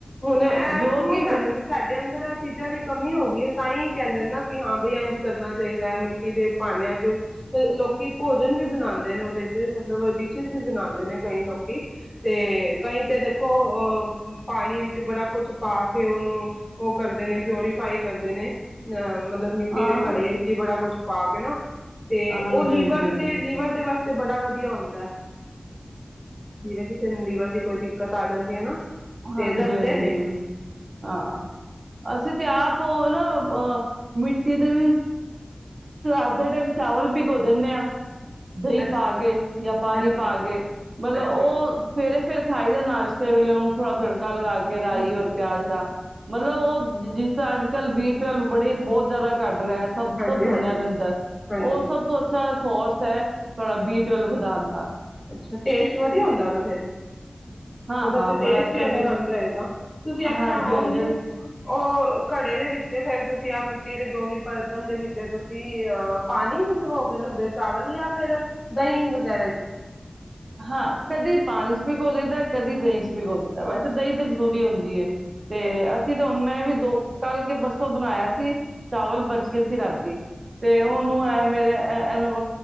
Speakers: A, on the left; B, on the right.
A: ਹੁਣ ਇਹ
B: ਜੋ
A: ਕਿਉ
B: ਕਿ
A: ਸਾਨੂੰ ਸਾਡੇ ਅੰਦਰ ਆਹ ਚੀਜ਼ਾਂ ਕਮੀ ਹੋ ਗਈ ਹੈ ਤਾਂ ਹੀ ਕਹਿੰਦੇ ਨੇ ਨਾ ਕਿ ਹਾਂ ਬਈ ਇੰਝ ਕਰਨਾ ਚਾਹੀਦਾ ਹੈ ਮਿੱਟੀ ਦੇ ਭਾਂਡਿਆਂ ਚ ਲੋਕ ਕੀ ਭੋਜਨ ਵੀ ਬਣਾਂਦੇ ਨੇ ਉਹਦੇ ਮਤਲਬ ਡਿਸੇ਼ਸ ਵੀ ਬਣਾਉਂਦੇ ਨੇ, ਕਈ ਲੋਕੀ ਅਤੇ ਕਈ ਤਾਂ ਦੇਖੋ ਪਾਣੀ ਵਿੱਚ, ਬੜਾ ਕੁਛ ਪਾ ਕੇ ਉਹਨੂੰ ਉਹ ਕਰਦੇ ਨੇ ਪਿਓਰੀਫਾਈ ਕਰਦੇ ਨੇ ਅਹ ਮਤਲਬ ਮਿੱਟੀ
B: ਹਾਂ
A: ਦੇ ਘੜੇ ਚ ਹੀ ਬੜਾ ਕੁੱਛ ਪਾ ਕੇ ਨਾ ਤੇ
B: ਹਾਂਜੀ
A: ਉਹ ਲੀਵਰ
B: ਹਾਂਜੀ
A: ਦੇ ਲੀਵਰ ਦੇ ਵਾਸਤੇ ਤੇ ਬੜਾ- ਵਧੀਆ ਹੁੰਦਾ ਜਿਵੇਂ ਕਿ, ਲੀਵਰ ਦੀ ਕੋਈ ਦਿੱਕਤ ਆ ਜਾ ਜਾਂਦੀ ਹੈ ਨਾ ਤੇ
B: ਹਾਂਜੀ-ਹਾਂਜੀ
A: ਦੱਸਦੇ ਨੇ
B: ਹਾਂ ਅਸੀਂ ਤੇ ਆਪ ਨਾ ਅ ਮਿੱਟੀ ਦੇ ਵੀ ਅੱਧ ਟਾਈਮ ਚਾਵਲ ਭਿਗਾੋ ਦਿੰਦੇ ਆ ਦਹੀਂ
A: ਅੱਛਾ,
B: ਪਾ ਕੇ, ਯਾ ਪਾਣੀ
A: ਅੱਛਾ,
B: ਪਾ ਕੇ ਮਤਲਬ
A: ਅੱਛਾ
B: ਉਹ ਸਵੇਰੇ ਫਿਰ ਖਾਈ ਦੇ ਨਾਸ਼ਤੇ ਵੇਲੇ ਉਹਨੂੰ ਥੋੜਾੜਕੇ ਮੱਕਾ ਲਗਾ ਕੇ ਰਾਈ
A: ਹਾਂਜੀ,
B: ਔਰ
A: ਹਾਂਜੀ-ਹਾਂਜੀ,
B: ਪਿਆਜ ਦਾ- ਮਤਲਬ ਉਹ ਜਿਸ ਤ ਅੱਜ ਕੱਲ੍ਹ ਬੀ ਟਵਲਵ ਬੜੇ ਬਹੁਤ ਜ਼ਿਆਦਾ ਘੱਟ ਰਿਹਾ ਸਭ
A: ਹਾਂਜੀ,
B: ਬੰਦਿਆਂ ਦੇ ਅੰਦਰ,
A: ਹਾਂਜੀ,
B: ਉਹ ਸਭ ਤੋਂ ਅੱਛਾ ਫੋਸ ਹੈ ਬੀ ਟਵਲਵ ਵਧਾਣ ਦਾ-
A: ਅੱਛਾ ਟੇਸਟ ਵਧੀਆ ਹੁੰਦਾ ਓਦਾ ਫਿਰ,
B: ਹਾਂ
A: ਓਦਾ
B: ਹਾਂ
A: ਤੇ ਟੇਸਟ
B: ਬੜਾ ਅੱਛਾ
A: ਹੀ
B: ਮਿੱ
A: ਅਲੱਗ ਆਂਦਾ ਹੇਗਾ ਤੁਸੀਂ ਅੱਛਾ
B: ਹਾਂਜੀ
A: ਉਹਨੂੰ
B: ਹਾਂਜੀ
A: ਉਹ ਘੜੇ ਦੇ ਵਿੱਚ, ਫਿਰ ਤੁਸੀਂ ਆਹ ਮਿੱਟੀ ਦੇ, ਜੋ ਵੀ ਬਰਤਨ ਦੇ ਵਿੱਚ ਤੁਸੀਂ ਅ ਪਾਣੀ ਚ ਭਿਗੋ ਕੇ ਰੱਖਦੇ ਹੋ ਚਾਵਲ ਜਾਂ ਫਿਰ ਦਹੀਂ ਵਗੈਰਾ ਚ।
B: ਹਾਂ ਕਦੇ ਪਾਣੀ ਚ ਭਿਗੋ ਦਦਾ ਕਦੀ ਦਹੀਂ ਚ ਦਾ ਵੈਸੇ
A: ਅੱਛਾ,
B: ਦਹੀਂ ਤੇ
A: ਅੱਛਾ,
B: ਜ਼ਰੂਰੀ ਹੁੰਦੀ ਏ ਤੇ
A: ਅੱਛਾ
B: ਅਸੀਂ ਤੇ ਹੁਣ ਮੈਂ ਵੀ ਦੋ ਕਲ ਕੇ ਪਰਸੋਂ ਬਣਾਇਆ ਸੀ ਚਾਵਲ ਬਚ ਗਏ ਸੀ ਰਾਤੀ ਤੇ
A: ਚਲੋ
B: ਉਹਨੂੰ
A: ਵਧੀਆ
B: ਐ
A: ਹੈ।
B: ਮੇਰੇ ਐ ਇਹਨੂੰ